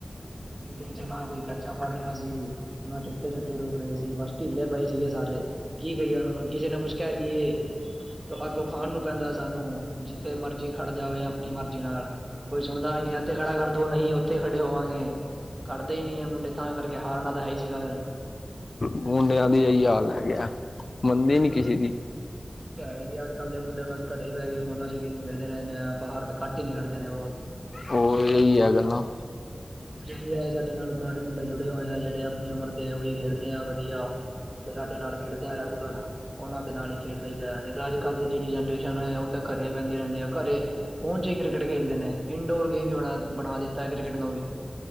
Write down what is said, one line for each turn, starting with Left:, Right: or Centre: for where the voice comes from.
Right: ਹੈਲੋ ਨਾ ਕੋਈ ਕੈਚਾ ਫੜ ਰਿਹਾ ਸੀ, ਨਾ ਚੁੱਕ ਕੇ ਚੱਟੇ ਰੁਕ ਰਹੇ ਸੀ, ਬਸ ਢਿੱਲੇ ਪਏ ਸੀਗੇ ਸਾਰੇ। ਕੀ ਕਹੀਏ ਉਹਨਾਂ ਨੂੰ, ਕਿਸੇ ਨੂੰ ਕੁੱਛ ਕਹਿ ਦੀਏ ਤੇ ਅੱਗੋਂ ਖਾਣ ਨੂੰ ਪੈਂਦਾ ਸਾਨੂੰ, ਜਿੱਥੇ ਮਰਜੀ ਖੜ ਜਾਵੇ ਆਪਣੀ ਮਰਜ਼ੀ ਨਾਲ। ਕੋਈ ਸੁਣਦਾ ਵੀ ਨੀ ਇੱਥੇ ਖੜਾ ਕਰ ਦੋ, ਨਹੀਂ ਉੱਥੇ ਖੜੇ ਹੋਵਾਂਗੇ। ਖੜਦੇ ਹੀ ਨਹੀਂ ਐ ਮੁੰਡੇ, ਤਾਂ ਕਰਕੇ ਹਾਰਨਾ ਤਾਂ ਹੈ ਹੀ ਸੀਗਾ ਫਿਰ।
Left: ਮੁੰਡਿਆਂ ਦੀ ਇਹੀ ਹਾਲ ਹੈ ਗਿਆ, ਮੰਨਦੇ ਈ ਨਹੀ ਕਿਸੇ ਦੀ।
Right: ਪ ਜੀ ਅੱਜ- ਕੱਲ੍ਹ ਦੇ ਮੁੰਡੇ ਬਸ ਘਰੇ ਬਹਿ ਗੇ, ਫੋਨਾਂ ਚ ਗੇਮ ਖੇਡਦੇ ਰਹਿੰਦੇ ਆ, ਬਾਹਰ ਘੱਟ ਹੀ ਨਿਕਲਦੇ ਨੇ ਬਹੁਤ।
Left: ਉਹ ਇਹੀ ਐ ਗੱਲਾਂ।
Right: ਜਹੀ ਐ ਸਾਡੇ ਨਾਲ ਪੁਰਾਣੇ ਮੁੰਡੇ ਜੁੜੇ ਹੋਏ ਆ, ਜਿਹੜੇ ਆਪਣੀ ਉਮਰ ਦੇ, ਉਹੀ ਖੇਡਦੇ ਆ ਵਧੀਆ। ਸਾਡੇ ਨਾਲ ਖੇਡਦੇ ਆਂ ਰੈਗੂਲਰ। ਉਹਨਾਂ ਦੇ ਨਾਲ ਹੀ ਖੇਡ ਲਈ ਦਾ, ਨਈ ਤੇ ਅੱਜ-ਕੱਲ੍ਹ ਦੀ ਜਿਹੜੀ ਜਨਰੇਸ਼ਨ ਐ, ਉਹ ਤਾਂ ਘਰੇ ਬਹਿੰਦੀ ਰਹਿੰਦੀ ਐ, ਘਰੇ ਹੁਣ ਚ ਹੀ ਕ੍ਰਿਕਟ ਖੇਡਦੇ ਨੇ, ਇੰਨਡੋਰ ਗੇਮ ਵੀ ਬ ਬਣਾ ਦਿੱਤਾ ਕ੍ਰਿਕਟ ਨੂੰ ਵੀ।